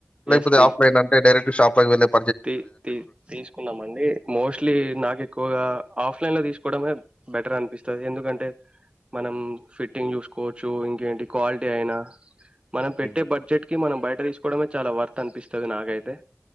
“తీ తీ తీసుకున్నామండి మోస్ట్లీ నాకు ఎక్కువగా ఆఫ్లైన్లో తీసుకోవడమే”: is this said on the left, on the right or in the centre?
Right